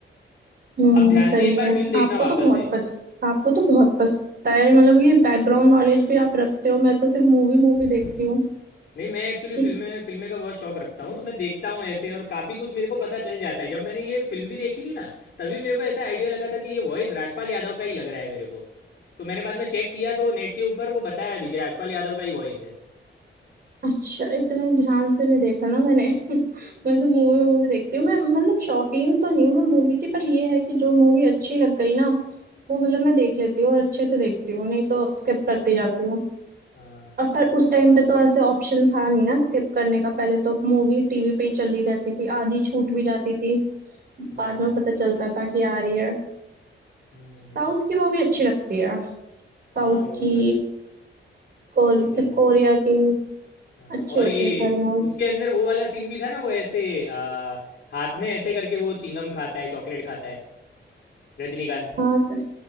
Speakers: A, on the right; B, on the left.
A: हम्म
B: आप ध्यान
A: सही
B: से एक बार
A: है
B: फिल्म देखना
A: आपको
B: वापस
A: तो बहुत
B: से
A: पच आपको तो बहुत पछता है मतलब ये बैकग्राउंड नॉलेज भी आप रखते हो मैं तो सिर्फ मूवी मूवी
B: <laughs>
A: देखती हूँ <laughs>
B: नहीं मैं एक्चुअली फिल्में फिल्में का बहुत शौक रखता हूँ तो मैं देखता हूँ ऐसे और काफ़ी कुछ मेरे को पता चल जाता है जब मैंने ये फिल्म भी देखी थी ना तभी मेरे को ऐसा आइडिया लगा था कि ये वॉइस राजपाल यादव का ही लग रहा है मेरे को तो मैंने बाद में चेक किया तो नेट के ऊपर वो बताया भी कि राजपाल यादव का ही वॉइस है
A: अच्छा इतना ध्यान से नहीं देखा ना मैंने <laughs> मैं तो मूवी मूवी देखती हूँ मैं मतलब शौकीन तो नहीं हूँ मैं मूवी की पर ये है कि जो मूवी अच्छी लग गई ना वो मतलब मैं देख लेती हूँ और अच्छे से देखती हूँ नहीं तो स्किप करती जाती हूँ
B: हाँ
A: और पर उस टाइम पे तो ऐसे ऑप्शन था नहीं ना स्किप करने का पहले तो मूवी टीवी पे ही चली जाती थी आधी छूट भी जाती थी
B: हाँ,
A: बाद में पता चलता था कि आ रही है
B: हुँ, हुँ,
A: साउथ की मूवी अच्छी लगती है साउथ
B: हाँ वो
A: की
B: तो है
A: कोर,
B: वो तो है
A: कोरिया की
B: हाँ
A: अच्छी
B: और
A: होती
B: ये
A: है सारी मूवी
B: उसके अंदर वो वाला सीन भी था ना वो ऐसे आ, हाथ में ऐसे करके वो चिंगम खाता है चॉकलेट खाता है रजनीकांत
A: हाँ तो